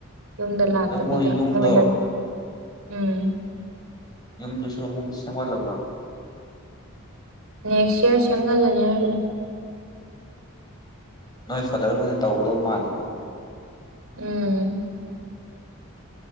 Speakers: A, on the right (about 75°); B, on the left (about 20°).
A: ꯌꯨꯝꯗ ꯂꯥꯛꯇꯕꯤꯗ
B: ꯑꯗꯣ ꯃꯣꯏ ꯌꯨꯝꯗꯣ
A: ꯃꯣꯏꯗ ꯎꯝ
B: ꯌꯨꯝꯗꯨꯁꯨ ꯑꯃꯨꯛ ꯁꯦꯝꯒꯠꯂꯕ
A: ꯅꯦꯛꯁ ꯏꯌꯥꯔ ꯁꯦꯝꯒꯜꯂꯅꯤ ꯍꯥꯏꯕꯅꯤ
B: ꯅꯣꯏ ꯐꯥꯗꯔꯈꯣꯅ ꯑꯣꯏꯅ ꯇꯧꯒꯗꯧ ꯃꯥꯜꯂꯦꯀꯣ
A: ꯎꯝ